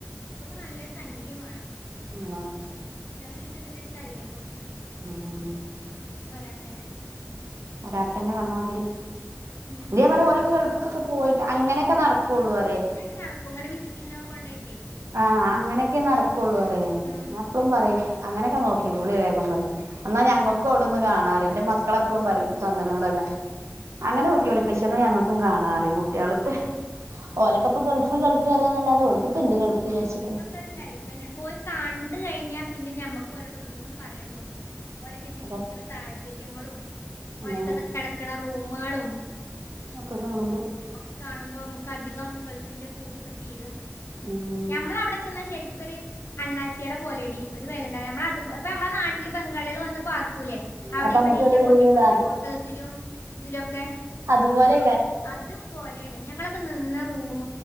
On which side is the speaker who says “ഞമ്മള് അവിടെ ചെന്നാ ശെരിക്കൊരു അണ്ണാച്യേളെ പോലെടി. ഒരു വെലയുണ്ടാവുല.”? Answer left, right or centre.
Left